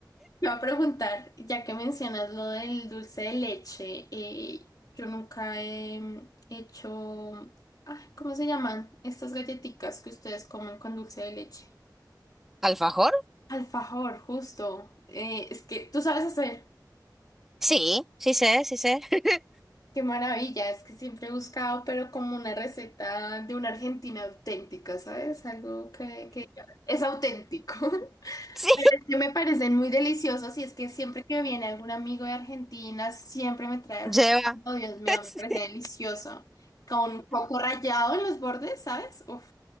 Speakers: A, on the left (about 55°); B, in the centre.
A: te voy a preguntar, ya que mencionas lo del dulce de leche, eh, yo nunca he mm, hecho, ay, ¿cómo se llaman? Estas galletitas que ustedes comen con dulce de leche.
B: ¿Alfajor?
A: Alfajor, justo. Eh, es que tú sabes hacer.
B: Sí, sí sé, sí sé. <laughs>
A: Qué maravilla, es que siempre he buscado, pero como una receta de una Argentina auténtica, ¿sabes? Algo que, que es auténtico. <laughs>
B: Sí,
A: Es que me parecen muy deliciosos y es que siempre que viene algún amigo de Argentina, siempre me trae
B: lleva.
A: alfajor. Oh, Dios mío,
B: <laughs>
A: me parece delicioso. Con coco rallado en los bordes, ¿sabes? Uf.